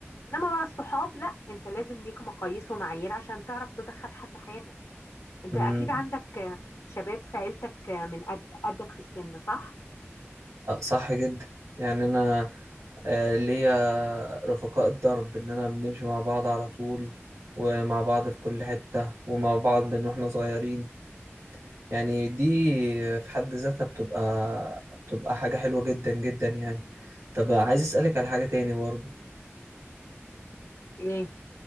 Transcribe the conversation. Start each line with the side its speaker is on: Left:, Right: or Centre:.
Left: انما بقى الصحاب لا انت لازم ليك مقاييس ومعايير عشان تعرف تدخل حد حياتك انت
Right: مم.
Left: اكيد عندك آه، شباب في عيلتك آه، من قد قدك في السن صح
Right: آه، صح جدا يعني أنا آه، ليا رفقاء الدرب إن أنا بنمشي مع بعض على طول ومع بعض في كل حتة ومع بعض من واحنا صغيرين يعني دي في حد ذاتها بتبقى بتبقى حاجة حلوة جدا جدا يعني طب عايز أسألك على حاجة تاني برضه
Left: ايه